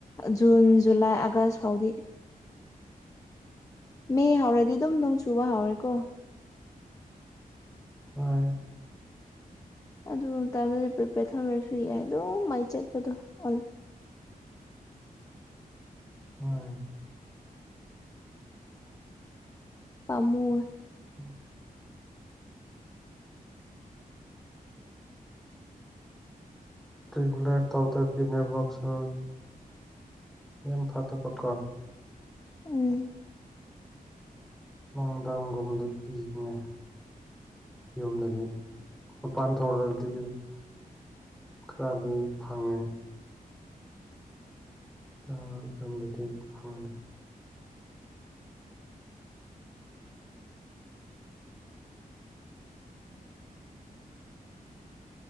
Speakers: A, on the left (about 20°); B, in the centre.
A: ꯖꯨꯟ ꯖꯨꯂꯥꯏ ꯑꯥꯒꯁ ꯐꯥꯎꯗꯤ ꯃꯦ ꯍꯧꯥꯎꯔꯗꯤ ꯑꯗꯨꯝ ꯅꯣꯡ ꯆꯨꯕ ꯍꯧꯥꯎꯔꯦꯀꯣ
B: ꯍꯣꯏ
A: ꯑꯗꯨ ꯃꯇꯝꯗꯗꯤ ꯄ꯭ꯔꯤꯄꯦꯌꯔ ꯊꯝꯃꯔꯁꯨ ꯌꯥꯏ ꯑꯗꯨꯝ ꯃꯥꯏ ꯆꯠꯄꯗꯣ ꯑꯣ
B: ꯍꯣꯏ
A: ꯄꯥꯃꯨ
B: ꯎ ꯒꯂ ꯇꯧ ꯇꯞꯀꯤꯅꯦꯕꯁꯣꯟ ꯌꯥꯝꯦꯝ ꯐꯥꯗꯕꯀꯣ
A: ꯎꯝ
B: ꯅꯨꯡꯗꯥꯡꯒꯨꯝꯗꯤ ꯄꯤꯔꯤꯅꯦ ꯌꯨꯝꯗꯗꯤ ꯃꯄꯥꯟ ꯊꯣꯛꯧꯗꯒꯤ ꯈꯔꯗꯤ ꯐꯪꯉꯦ ꯑ ꯆꯝꯕꯗꯤ ꯐꯉꯗꯦ